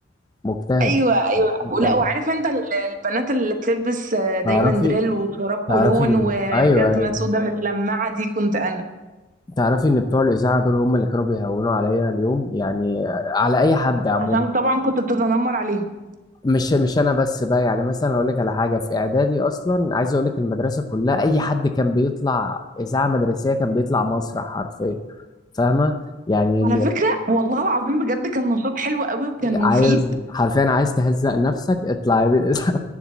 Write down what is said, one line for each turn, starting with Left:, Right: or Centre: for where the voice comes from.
Left: مجتهد
Right: ايوه ايوه ولا
Left: ايوه
Right: وعارف انت ال- البنات اللي بتلبس آه، دايما
Left: تعرفي
Right: دريل وشراب كولون
Left: تعرفي إن-
Right: وجزمه
Left: ايوه ايوه
Right: سودا متلمعه دي كنت انا
Left: تعرفي ان بتوع الاذاعه دول هم اللي كانوا بيهونوا عليا اليوم يعني على اي حد عموما
Right: عشان طبعا كنت بتتنمر عليهم
Left: مش مش انا بس بقى يعني مثلا هقول لك على حاجه في اعدادي اصلا عايز اقول لك المدرسه كلها اي حد كان بيطلع اذاعه مدرسيه كان بيطلع مسرح حرفيا فاهمه يعني
Right: على فكرة والله العظيم بجد كان نشاط حلو قوي وكان مفيد
Left: عايز حرفيا عايز تهزق نفسك اطلعي بالاسم